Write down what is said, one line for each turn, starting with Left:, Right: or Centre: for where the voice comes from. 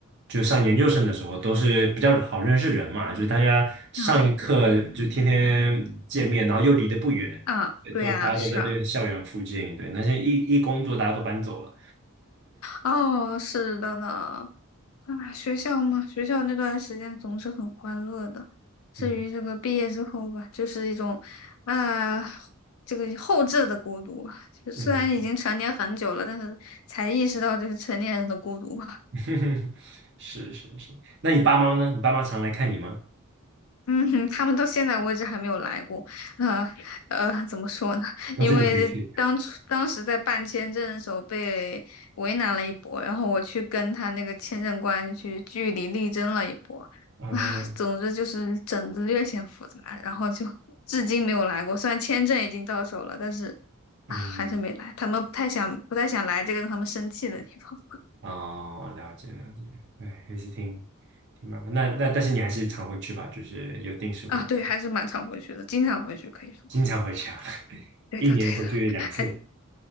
Right: 就上研究生的时候，都是比较好认识人嘛，就是大家上一课就天天见面，
Left: 嗯
Right: 然后又离得不远，
Left: 啊，
Right: 对都大家都在这个校园附近。
Left: 对啊，是啊，
Right: 对，那些一一工作，大家都搬走了。
Left: 哦，是的呢。啊，学校嘛，学校那段时间总是很欢乐的。至于这个毕业之后吧，
Right: 嗯
Left: 就是一种，啊、这个后置的孤独吧。就虽然已经成年很久了，
Right: 嗯，
Left: 但是才意识到这是成年人的孤独吧。
Right: <laughs> 是是是。那你爸妈呢？你爸妈常来看你吗？
Left: 嗯哼，他们到现在为止还没有来过。那呃，呃怎么说呢？<laughs>
Right: 都是你回去？
Left: 因为当初当时在办签证的时候被为难了一波，然后我去跟他那个签证官去据理力争了一波，
Right: 啊、
Left: 啊，
Right: 嗯，
Left: 总之就是整的略显复杂，然后就至今没有来过。虽然签证已经到手了，但是啊，
Right: 嗯
Left: 还是没来。他们不太想不太想来这个让他们生气的地方
Right: 哦，了解了解，对，也是挺挺麻烦。那那但是你还是常回去吧，就是有定时回去
Left: <laughs> 啊。对，还是蛮常回去的，经常回去可以说。
Right: 经常回去啊，<laughs>
Left: 对的，
Right: 一年回去两次，
Left: 对的。<laughs> 还